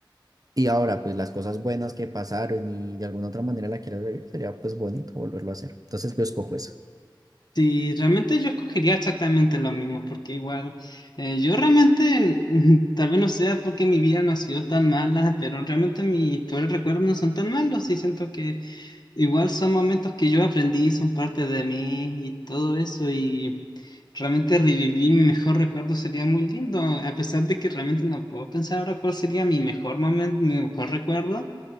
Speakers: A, on the right; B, on the left.
A: Y ahora, pues las cosas buenas que pasaron y de alguna otra manera la quiero ver, sería pues bonito volverlo a hacer. Entonces yo escojo eso.
B: sí, realmente yo escogería exactamente lo mismo, porque igual eh, yo realmente, mm, <laughs> tal vez no sea porque mi vida no ha sido tan mala, pero realmente mis peores recuerdos no son tan malos y siento que Igual son momentos que yo aprendí, son parte de mí y todo eso y realmente revivir mi mejor recuerdo sería muy lindo, a pesar de que realmente no puedo pensar ahora cuál sería mi mejor momento, mi mejor recuerdo,